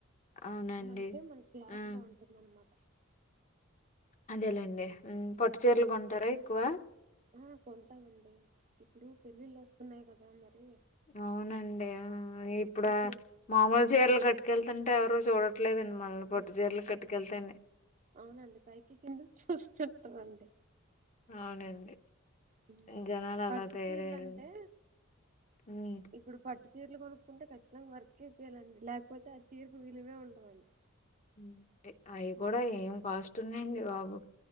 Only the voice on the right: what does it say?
అంటే మన క్లాత్
బాగుంటుంది అనమాట
ఆ కొంటామండి ఇప్పుడు పెళ్ళిళ్ళు వస్తున్నాయి కదా మరి
ఇప్పుడే
ఉమ్,
అవునండి పైకి కిందక్ చూస్తుంటరండి
హుమ్మ్
పట్టు
చీరలు అంటే
ఇప్పుడు పట్ ట్ చీరలు కొనుక్కుంటే ఖచ్చితంగా వర్క్ ఏపీయలండి లేకపోతే ఆ చీరకు విలువే ఉండదండి
ఉమ్,